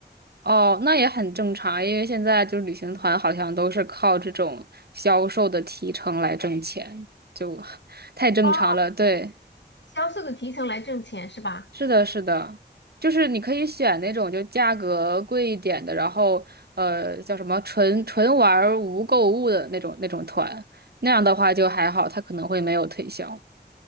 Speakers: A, on the right; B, on the left.
A: 哦，那也很正常，因为现在就是旅行团好像都是靠这种销售的提成来挣钱，就 <laughs> 太正常了。
B: 哦，
A: 对，
B: 销售的提成来挣钱是吧？
A: 是的，是的，就是你可以选那种就价格贵一点的，然后呃叫什么纯纯玩儿无购物的那种那种团，那样的话就还好，他可能会没有推销。